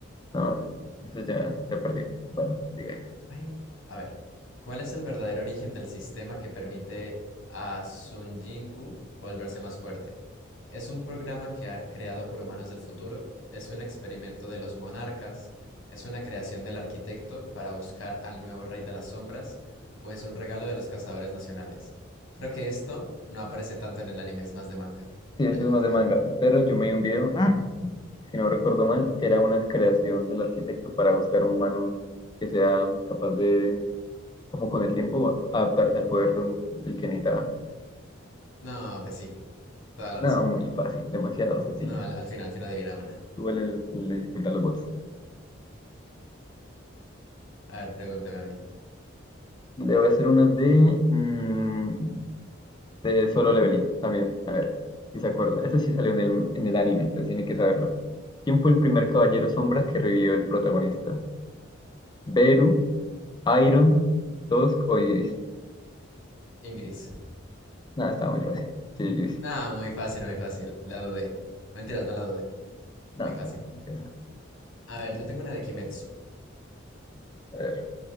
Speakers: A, on the left; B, on the left.
A: no, ese ya, ya perdió. Bueno, diga ya.
B: Ay, a ver, ¿cuál es el verdadero origen del sistema que permite a Sun Jin-gu volverse más fuerte? ¿Es un programa que ha- creado por humanos del futuro? ¿Es un experimento de los monarcas? ¿Es una creación del arquitecto para buscar al nuevo rey de las sombras? ¿O es un regalo de los cazadores nacionales? Creo que esto no aparece tanto en el anime, es más de manga,
A: Sí,
B: pero
A: ese
B: yo
A: es
B: confío.
A: más de manga, pero yo me vi un video, si no recuerdo mal, era una creación del arquitecto para buscar un humano que sea capaz de, como con el tiempo, adaptarse al poder de un, del que necesitaba.
B: No, pues sí, toda la
A: No,
B: razón.
A: muy fácil, demasiado sencillo.
B: No, al, al final, al final adivina una.
A: Igual le, le dificulta a los bots.
B: A ver, pregúnteme a mí.
A: Le voy a hacer una de... mm, de Solo Leveling también. A ver, si se acuerda. Este sí salió en el, en el anime, entonces tiene que saberlo. ¿Quién fue el primer caballero sombra que revivió el protagonista? ¿Beru, Iron, Tusk o Igris?
B: Ingris.
A: Nada, estaba muy fácil. Sí, Igris.
B: No, muy fácil, muy fácil. La dudé. No Mentiras, no la dudé.
A: Nada,
B: Muy fácil.
A: empieza.
B: A ver, yo tengo una de Kimetsu.
A: A ver.